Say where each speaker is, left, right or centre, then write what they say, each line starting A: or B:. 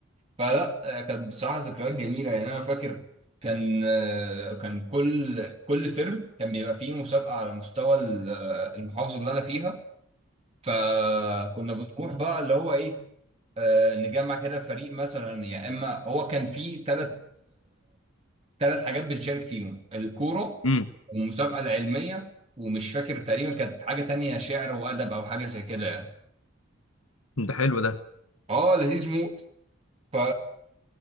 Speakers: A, on the right; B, on the left.
A: فلا آه، كانت بصراحه ذكريات جميله يعني انا فاكر كان آه كان كل كل ترم كان بيبقى فيه مسابقه على مستوى ال- آه، المحافظه اللي انا فيها فكنا بنروح بقى اللي هو ايه آه، نجمع كده فريق مثلا يا اما هو كان فيه ثلاث ثلاث حاجات بنشارك فيهم الكوره
B: امم
A: والمسابقه العلميه ومش فاكر تقريبا كانت حاجه تانية شعر وادب او حاجه زي كده يعني
B: ده حلو ده
A: اه لذيذ موت ف